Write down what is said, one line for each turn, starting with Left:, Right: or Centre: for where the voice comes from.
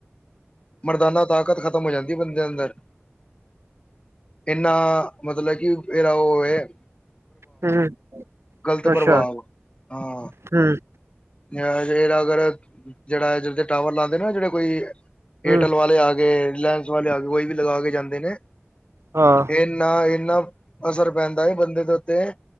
Left: ਮਰਦਾਨਾ ਤਾਕਤ ਖ਼ਤਮ ਹੋ ਜਾਂਦੀ ਐ ਬੰਦੇ ਅੰਦਰ। ਇੰਨਾ ਮਤਲਬ ਕਿ ਏਦਾ ਓ ਐ,
Right: ਹੂੰ।
Left: ਗ਼ਲਤ ਪ੍ਰਭਾਵ
Right: ਅੱਛਾ
Left: ਹਾਂ!
Right: ਹੂੰ
Left: ਅ ਏ ਅਗਰ ਜਿਹੜਾ <unintelligible> ਟਾਵਰ ਲਾਂਦੇ ਨਾ ਜਿਹੜੇ ਕੋਈ,
Right: ਹੂੰ
Left: ਏਅਰਟੈਲ ਵਾਲੇ ਆ ਗਏ, ਰਿਲਾਇੰਸ ਵਾਲੇ ਆ ਗਏ, ਕੋਈ ਵੀ ਲਗਾ ਕੇ ਜਾਂਦੇ ਨੇ,
Right: ਹਾਂ
Left: ਏਨਾ ਏਨਾ ਅਸਰ ਪੈਂਦਾ ਏ ਬੰਦੇ ਦੇ ਉੱਤੇ,